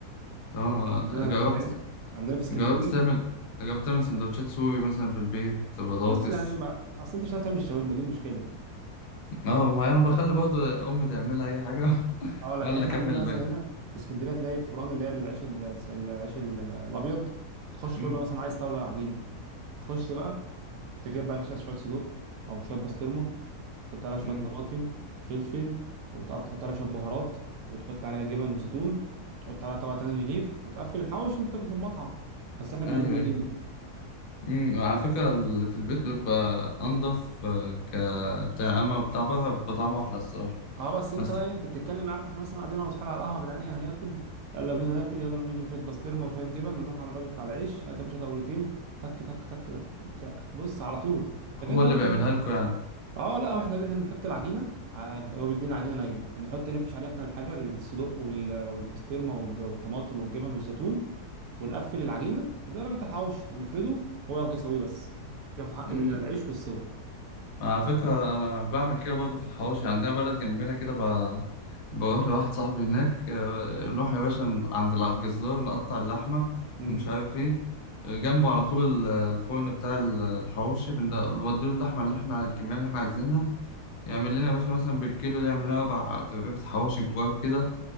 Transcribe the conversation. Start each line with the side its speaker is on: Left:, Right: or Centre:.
Left: اه
Right: عندنا
Left: جربت
Right: انت فاهم عندنا في اسكندريه
Left: جربت تعمل جربت تعمل سندوتشات سوري مثلا في البيت بطاطس
Right: بص يعني ما اصل انت مش عارف تعمل الشاورما دي مشكله
Left: اه ما انا بخلي برضو امي تعملها اي حاجه <laughs>
Right: اه لكن
Left: وانا اللي
Right: احنا
Left: اكمل
Right: عندنا
Left: الباقي
Right: مثلا هنا في اسكندريه تلاقي الفران اللي هي العيش ال- العيش ال- الابيض تخش تقول
Left: امم
Right: له مثلا عايز طاوله عجينه تخش بقى تجيب بقى مثلا شوية صدوق أو شوية بسطرمة تحط عليها شوية
Left: امم
Right: طماطم فلفل وتقعد تحط عليها شوية بهارات وتحط عليها جبن وزيتون وتحط عليها طبقة تانية رغيف وتقفل الحوش اللي أنت بتاكله في المطعم بس إحنا
Left: ايوه
Right: بنعمله بإيدينا
Left: ايوه امم على فكره اللي في البيت بيبقى انضف آه، ك بتاع اما بتاع بره بيبقى طعمه احلى الصراحه
Right: أه بس أنت
Left: بس
Right: بقى إيه، أنت بتتكلم عارف إحنا مثلا قاعدين أنا وأصحابي على القهوة يا جدعان إيه هناكل يلا بينا ناكل يلا نروح نجيب شوية بسطرمة وشوية جبن ونروح على الراجل بتاع العيش هات يا باشا طاولتين تك تك تك ك- بص على طول
Left: هو
Right: لكن أنت
Left: اللي
Right: بقى
Left: بيعملها لكم
Right: اه لا احنا احنا بنحط العجينه ع- هو بيدينا العجينه نيه بنحط نفرش عليها احنا الحاجه الصدق وال- والبسطرمه والج- والطماطم والجبن والزيتون ونقفل العجينه زي الراجل بتاع الحواوشي ونفرده هو ياخد يسويه بس ياخد حق
Left: يعني
Right: ال- العيش والسوى
Left: على فكرة أنا بعمل كده برضه في الحواوشي عندنا بلد جنبنا كده ب... بروح لواحد صاحبي هناك آه، نروح يا باشا ن- عند الجزار نقطع اللحمة
Right: امم
Left: ومش عارف ايه جنبه على طول ال- الفرن بتاع ال- الحواوشي بن- بنوديله اللحمة اللي احنا الكمية اللي احنا عايزينها يعمل لنا يا باشا مثلا بالكيلو ده يعمل لنا أربع رغيف حواوشي كبار كده